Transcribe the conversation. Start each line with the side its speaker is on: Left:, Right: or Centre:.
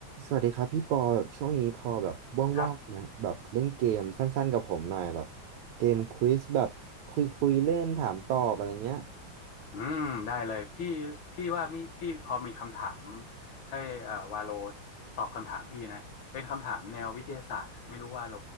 Right: สวัสดีครับพี่ปอแบบช่วงนี้พอแบบว่างๆไหมแบบเล่นเกมสั้นๆกับผมหน่อยแบบเกมควิซแบบคุยคุยเล่นถามตอบอะไรเงี้ย
Left: ครับอืมได้เลยพี่พี่ว่ามีพี่พอมีคำถามให้เอ่อวาโลตอบคำถามพี่นะเป็นคำถามแนววิทยาศาสตร์ไม่รู้ว่าโล